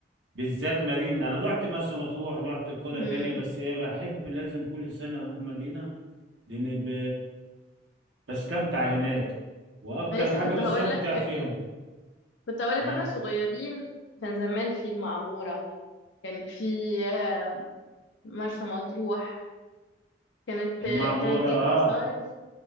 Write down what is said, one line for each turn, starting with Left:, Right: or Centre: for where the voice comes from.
Right: بالذات مارينا أنا رحت مرسى مطروح رحت قرى
Left: امم
Right: تانية بس هي بحب لازم كل سنة أروح مارينا لأن ب... بستمتع هناك وأكتر
Left: انا لسه
Right: حاجة
Left: كنت
Right: بستمتع
Left: هقول لك
Right: فيها
Left: كنت هقول لك
Right: آه
Left: واحنا صغيرين كان زمان في المعموره كان في آه، مرسى مطروح كانت
Right: المعمورة
Left: كانت دي
Right: آه
Left: المصايف